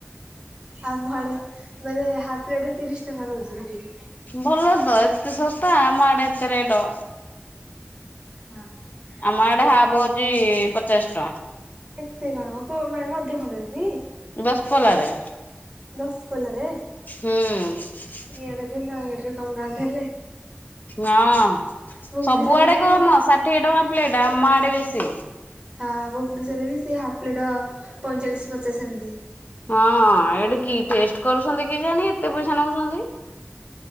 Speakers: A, on the right; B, on the left.
A: ଆଉ ଘରେ <inaudible> ମାନେ ହାପ ପ୍ଲେଟ ତିରିଶ ଟଙ୍କା ରହୁଛି ସେଠି
B: ଭଲ ତ ଏତେ ଶସ୍ତା ଆମ ଆଡେ ଏତେ ରେଟ।
A: ହଁ
B: ଆମ ଆଡେ
A: ସେଠି
B: ହାବ ହଉଛି ପଚାଶ ଟଙ୍କା।
A: ଏତେ କଣ <unintelligible> ଅଧିକ ନେଉଛି।
B: ଦଶପଲ୍ଲାରେ
A: ଦଶ ପଲାରେ?
B: ହୁଁ।
A: ଇଆଡ଼େ <inaudible> କମ ଟଙ୍କା ଥିଲେ।
B: ହଁ
A: ଭୁବନେଶ୍ଵରରେ
B: ସବୁଆଡେ
A: ବି
B: କମ ଷାଠିଏ ଟଙ୍କା ପ୍ଲେଟ ଆମ ଆଡେ ବେଶୀ।
A: ହଁ ଭୁବନେଶ୍ୱର ବି ସେ ହାଫ୍ ପ୍ଲେଟ ପଇଁଚାଳିଶ ପଚାଶ ଏମତି
B: ହଁ ଏଠି କି ଟେଷ୍ଟ କରୁଛନ୍ତି କି ଜାଣି ଏତେ ପଇସା ନଉଛନ୍ତି